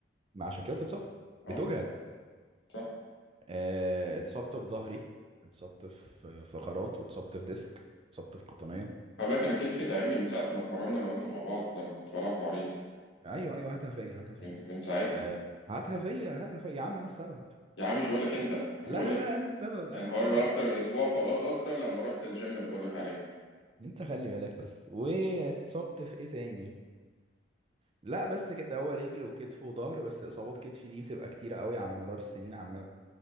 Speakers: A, on the right (about 30°); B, on the left (about 85°).
A: ما عشان كده بتتصاب
B: اه
A: بتجهد
B: صح
A: آه اتصبت في ظهري اتصبت في فقرات واتصبت في ديسك اتصبت في قطنيه
B: خلي بالك انا كتفي تعبني من ساعه ما اتمرنا انا وانت مع بعض لما كنت بلعب تعريض
A: ايوه ايوه هاتها فيا هاتها فيا
B: من من ساعتها
A: آه هاتها فيا هاتها فيا يا عم انا السبب
B: يا عم مش بقول لك انت انا
A: لا
B: بقول
A: لا انا السبب انا
B: يعني الحوار
A: السبب
B: بقى اكتر من اسبوع فباظ اكتر لما رحت الجيم اللي بقول لك عليه
A: انت خلي بالك بس واتصبت في ايه تاني لا بس كده هو رجل وكتف وظهر بس اصابات كتفي دي بتبقى كتيره قوي على مدار السنين عامه